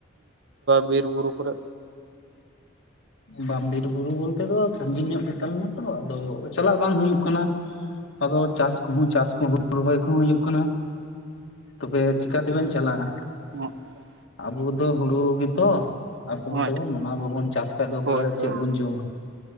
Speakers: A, on the right; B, on the left.
A: ᱵᱤᱨ ᱵᱩᱨᱩ ᱠᱚᱨᱮᱜ
B: ᱵᱟᱢ ᱵᱤᱨ ᱵᱩᱨᱩ ᱵᱚᱞᱛᱮ ᱫᱚ ᱥᱟᱺᱜᱤᱧ ᱧᱚᱜ ᱜᱮᱛᱟᱞᱤᱧᱟᱹ ᱛᱚ, ᱟᱫᱚ ᱪᱟᱞᱟᱜ ᱵᱟᱝ ᱦᱩᱭᱩᱜ ᱠᱟᱱᱟ᱾ ᱟᱫᱚ ᱪᱟᱥ ᱠᱚᱦᱚᱸ ᱪᱟᱥ ᱠᱚ ᱦᱩᱲᱩ ᱨᱚᱦᱚᱭ ᱠᱚᱦᱚᱸ ᱦᱩᱭᱩᱜ ᱠᱟᱱᱟ᱾ ᱛᱚᱵᱮ ᱪᱤᱠᱟ ᱛᱮᱵᱮᱱ ᱪᱟᱞᱟᱜᱼᱟ?
A: <unintelligible>
B: ᱟᱵᱚ ᱫᱚ ᱦᱩᱲᱩ ᱜᱮᱛᱚ ᱟᱥᱚᱞ
A: ᱦᱳᱭ
B: ᱛᱟᱵᱚᱱ ᱚᱱᱟ ᱵᱟᱵᱚᱱ ᱪᱟᱥ ᱟᱫᱚ ᱚᱠᱟᱨᱮ
A: ᱦᱳᱭ ᱦᱳᱭ
B: ᱪᱮᱫ ᱵᱚᱱ ᱡᱚᱢᱟ᱾